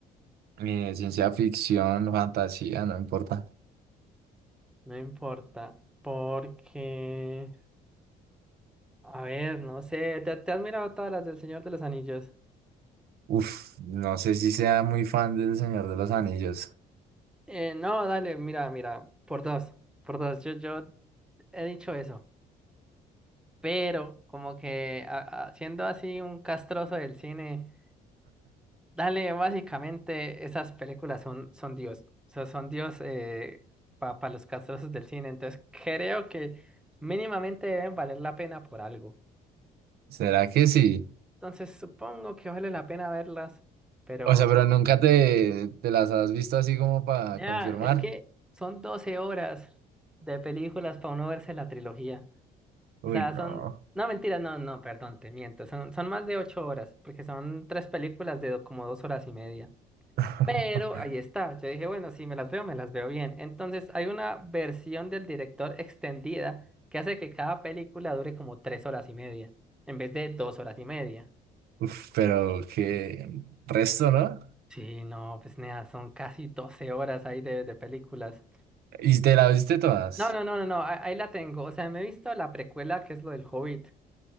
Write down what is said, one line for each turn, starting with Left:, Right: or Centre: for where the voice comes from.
Right: eh, ciencia ficción, fantasía, no importa.
Centre: No importa, porque... A ver, no sé, ¿te, te has mirado todas las del Señor de los Anillos?
Right: Uf, no sé si sea muy fan del Señor de los Anillos.
Centre: Eh, no, dale, mira, mira, por dos, por dos, yo, yo he dicho eso, pero como que a- a- siendo así un castroso del cine, dale, básicamente esas películas son, son Dios, o sea, son Dios para los castrosos del cine, entonces creo que mínimamente deben valer la pena por algo,
Right: ¿Será que sí?
Centre: entonces supongo que vale la pena verlas. Pero
Right: O sea, pero nunca te, te las has visto así como para
Centre: Ya,
Right: confirmar.
Centre: es que son 12 horas de películas para uno verse la trilogía. O
Right: Uy,
Centre: sea,
Right: no.
Centre: son... No, mentira, no, no, perdón, te miento. Son, son más de 8 horas, porque son tres películas de do- como dos horas y media.
Right: <laughs>
Centre: Pero ahí está. Yo dije, bueno, si me las veo, me las veo bien. Entonces, hay una versión del director extendida que hace que cada película dure como tres horas y media, en vez de dos horas y media.
Right: Uf, pero qué resto, ¿no?
Centre: Sí, no, pues nada, son casi 12 horas ahí de, de películas.
Right: ¿Y te la viste todas?
Centre: No, no, no, no, no, ah- ahí la tengo. O sea, me he visto la precuela que es lo del Hobbit.